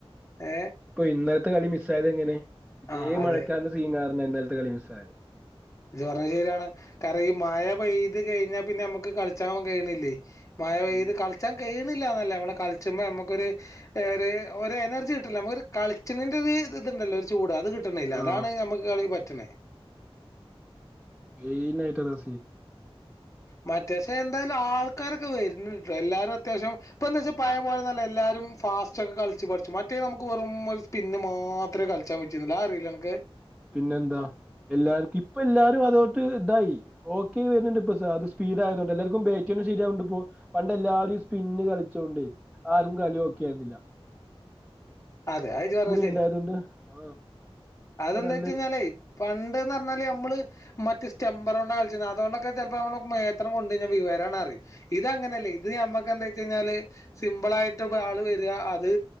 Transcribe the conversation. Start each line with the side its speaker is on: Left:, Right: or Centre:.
Left: ഏഹ്
Centre: ഇപ്പൊ ഇന്നൽത്തെ കളി മിസ്സായെതെങ്ങനെ ഇതേ
Left: ആഹ് അതെ
Centre: മഴകാറിന്റെ സീൻ കാര്ണന്നെ ഇന്നൽത്തെ കളി മിസ്സ്‌ സായെ
Left: ഇജ്ജ് പർഞ്ഞ ശര്യാണ് കാരണം ഈ മഴ പെയ്ത് കഴിഞ്ഞാ പിന്നെ ഞമ്മക്ക് കളിച്ചാൻ കഴിയണില്ലേ മഴ പെയ്ത്
Centre: ഇല്ല
Left: കൾച്ചാൻ കയ്യ് ട്ട്ന്നില്ലാന്നല്ല നമ്മള് കൾച്ചുമ്പം നമ്മക്കൊരു മ്മക്കൊര് ഏഹ് ഒര് ഒരു എനർജി കിട്ട്ന്നില്ല അമ്മക്കൊരു കളിച്ചണ്ന്റെ ഒരു ഇത്ണ്ടല്ലോ ഒരുചൂട് അത് കിട്ട് ട്ട്ണില്ല
Centre: ആ
Left: അതാണ് ഞമ്മക്ക് കളി പറ്റ് റ്റ്ണെ
Centre: മെയ്നായിട്ടതാ സീ
Left: മറ്റെശേ ന്തായാലും ആൾക്കാരൊക്ക വര്ന്ണ്ട്ട്ടോ എല്ലാരും അത്യാവശ്യം ഇപ്പന്താച്ചാ പയേ പോലൊന്നൊല്ല എല്ലാരും ഫാസ്റ്റൊക്കെ കൾച്ച് പട്ച്ചും മറ്റേ നമുക്ക് വെറും ഒരു സ്പിന്ന് മാത്രേ കൾച്ചാ പറ്റിര്ന്നുള്ളു അതറീലെ അനക്ക്
Centre: പിന്നെന്താ എല്ലാർക്കിപ്പല്ലാരും അതോണ്ട് ഇതായി ഒക്കെ ആയിവര്ന്ണ്ട്പ്പ സാത് സ്പീഡായതൊണ്ടേ എല്ലാർക്കും ബാറ്റെന്നെ ശര്യാവ്ണ്ട്പ്പൊ പണ്ട് എല്ലാരു ഈ സ്പിന്ന് കളിച്ചോണ്ടേ ആരും കളിയോക്കെര്ന്നില്ല.
Left: അതെ അത്‌ ഇജ്ജ് പറഞ്ഞെ ശര്യാ
Centre: ഉണ്ടായതുകൊണ്ട് ആ
Left: അതെന്തേച്ചാന്നാലെ
Centre: ഇപ്പൊ നല്ലൊരു
Left: പണ്ട്ന്ന്പറഞ്ഞാലേ ഞമ്മള് മറ്റ് സ്റ്റെമ്പറോണ്ടാ കൾച്ചീന്നെ അതോണ്ടൊക്കെ ചെല്പം മ്മളെ മേത്തണ്ട് കൊണ്ടീനെ വിവരാണ്ടറിം ഇതങ്ങനല്ല ഇത് മ്മക്കെന്ത്തെച്ചാന്നാല് സിമ്പിളായിട്ട് ബാള് വരാ അത്‌